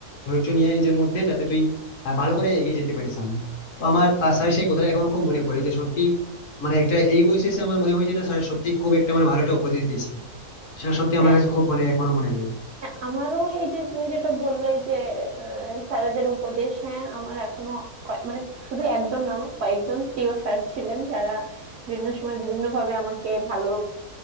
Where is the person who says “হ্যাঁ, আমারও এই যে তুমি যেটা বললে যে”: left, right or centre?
Right